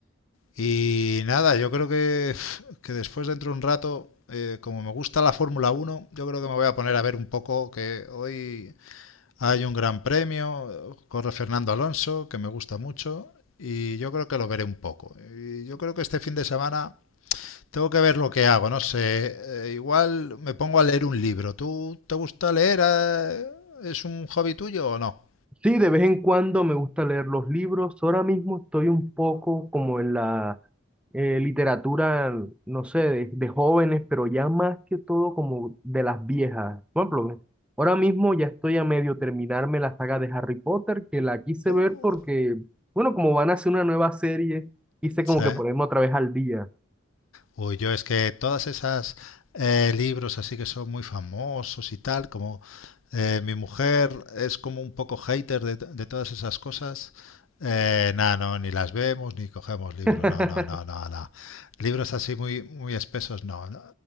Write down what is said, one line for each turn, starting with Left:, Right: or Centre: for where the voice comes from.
Left: Y nada, yo creo que, que después dentro de un rato, eh, como me gusta la Fórmula Uno, yo creo que me voy a poner a ver un poco que hoy hay un gran premio, corre Fernando Alonso, que me gusta mucho, y yo creo que lo veré un poco. Y yo creo que este fin de semana Tengo que ver lo que hago, no sé. eh, igual me pongo a leer un libro. ¿Tú te gusta leer? eh? ¿Es un hobby tuyo o no?
Centre: Sí, de vez en cuando me gusta leer los libros. Ahora mismo estoy un poco como en la eh, literatura, no sé, de, de jóvenes, pero ya más que todo como de las viejas. Por ejemplo, ahora mismo ya estoy a medio terminarme la saga de Harry Potter, que la quise
Left: Uh,
Centre: ver porque, bueno, como van a hacer una nueva serie, quise
Left: sí.
Centre: como que ponerme otra vez al día.
Left: Uy, yo es que todas esas eh, libros así que son muy famosos y tal, como eh, mi mujer es como un poco hater de, de todas esas cosas, eh, nada, no, ni las vemos ni cogemos libros,
Centre: <laughs>
Left: no, no, no, no, no. Libros así muy, muy espesos, no, no.